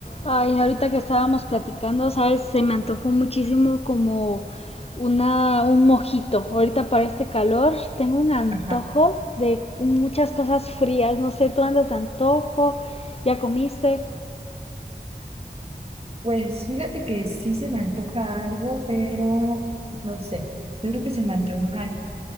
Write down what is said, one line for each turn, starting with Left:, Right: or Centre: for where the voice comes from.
Left: Ay, ahorita que estábamos platicando, sabes, se me antojó muchísimo como una, un mojito. Ahorita para este calor tengo un antojo
Right: Ajá.
Left: de muchas cosas frías. No sé, tú andas de antojo, ya comiste.
Right: Pues fíjate que sí se me antoja algo, pero no sé. Yo creo que se me antoja